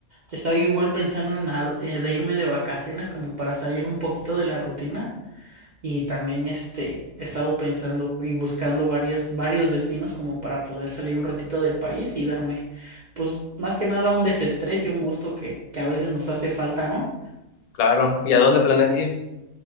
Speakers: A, on the right; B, on the left.
A: Estaba yo igual pensando en a- eh, de irme de vacaciones como para salir un poquito de la rutina y también este he estado pensando y buscando varios varios destinos como para poder salir un ratito del país y darme pues más que nada un desestrés y un gusto que que a veces nos hace falta, ¿no?
B: claro. ¿Y a dónde planeas ir?